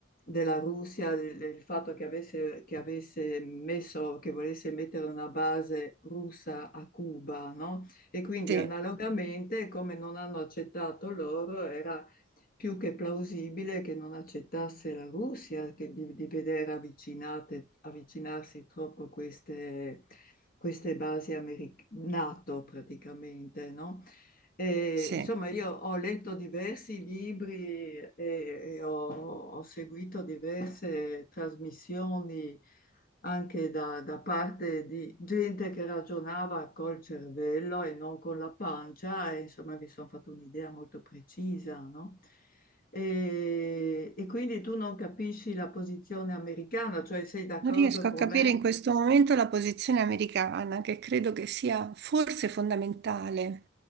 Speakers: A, on the left; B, on the right.
A: della Russia, il il fatto che avesse, che avesse messo, che volesse mettere una base russa a Cuba, no? E quindi
B: sì,
A: analogamente, come non hanno accettato loro, era più che plausibile che non accettasse la Russia, che di, di vedere avvicinate- avvicinarsi troppo queste, queste basi americ- NATO praticamente, no? E,
B: sì.
A: insomma, io ho letto diversi libri e, e ho, ho seguito diverse trasmissioni anche da, da parte di gente che ragionava col cervello e non con la pancia, e insomma mi sono fatto un'idea molto precisa, no? E, e quindi tu non capisci la posizione americana, cioè sei d'accordo
B: Non riesco
A: con
B: a capire
A: me?
B: in questo momento la posizione americana, che credo che sia forse fondamentale